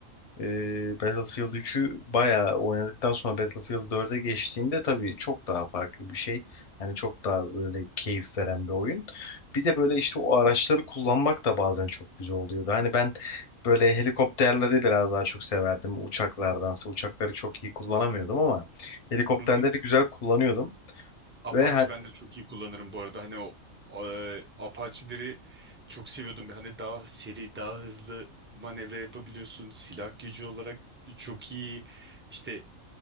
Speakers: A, on the left; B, on the right.
A: Ee, Battlefield 3'ü bayağı oynadıktan sonra Battlefield 4'e geçtiğimde tabii çok daha farklı bir şey. Hani çok daha böyle keyif veren bir oyun. Bir de böyle işte o araçları kullanmak da bazen çok güzel oluyordu. Hani ben böyle helikopterleri biraz daha çok severdim. Uçaklardansa uçakları çok iyi kullanamıyordum ama helikopterleri
B: Hı hı.
A: güzel kullanıyordum.
B: Apache
A: Ve
B: ben de çok iyi kullanırım bu arada. Hani o e, Apache'leri çok seviyordum. Hani daha seri, daha hızlı manevra yapabiliyorsun. Silah gücü olarak çok iyi. İşte